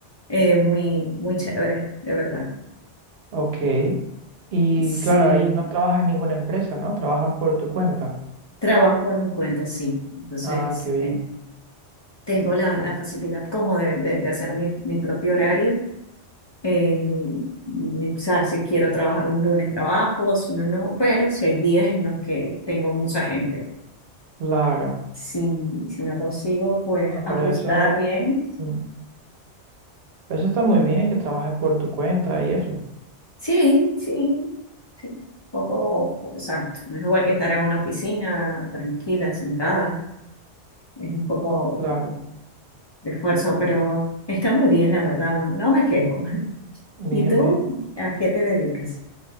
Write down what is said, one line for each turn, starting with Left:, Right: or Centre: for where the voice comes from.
Left: Eh, muy, muy chévere, de verdad.
Right: ok. Y
Left: Sí,
Right: claro, ahí no trabajas en ninguna empresa, ¿no? Trabajas por tu cuenta.
Left: trabajo por mi cuenta, sí. Entonces,
Right: Ah, qué bien.
Left: este, tengo la, la facilidad como de, de- de hacer mi, mi propio horario. Eh, y, o sea, si quiero trabajar un lunes, trabajo, si no, no, pero si hay días en los que tengo mucha gente.
Right: Claro.
Left: Si, si no consigo, pues
Right: Ah,
Left: ajustar
Right: pero eso,
Left: bien.
Right: mm, eso está muy bien, que trabajes por tu cuenta y eso.
Left: Sí, sí, sí. Un poco, exacto. No es igual que estar en una oficina tranquila, sentada. Es un poco
Right: Claro.
Left: de esfuerzo, pero está muy bien, la verdad, no, no me quejo. <laughs>
Right: Bien,
Left: ¿Y tú
Right: bien.
Left: a qué te dedicas?